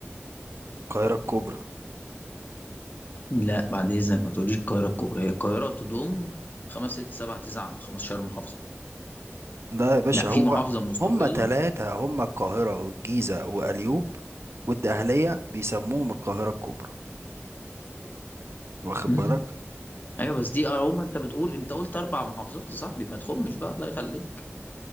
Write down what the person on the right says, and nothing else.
القاهرة الكبرى
ده يا باشا
هو
هما تلاتة هما القاهرة والجيزة وأليوب والدقهلية بيسموهم القاهرة الكبرى واخد
بالك؟